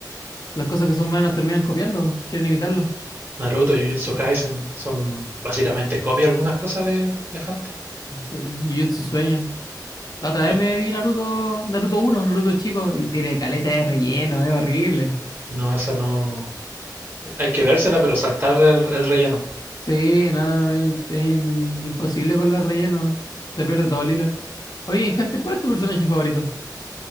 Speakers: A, on the left (about 60°); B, on the right (about 30°).
A: las cosas que son buenas terminan copiando, quieren imitarlas.
B: Naruto, Jujutsu Kaisen son básicamente copia algunas cosas de, de Hunter.
A: Sí, Jujutsu Sueño. La otra
B: Eh,
A: vez me vi Naruto, Naruto uno, Naruto chico, y tiene caleta de relleno, es horrible.
B: No, esa no. Hay que vérsela, pero saltar el, el relleno.
A: Sí, no, es, es in- imposible con los rellenos. Se pierde todo el hilo. Oye, en Hunter, ¿cuál es tu personaje favorito?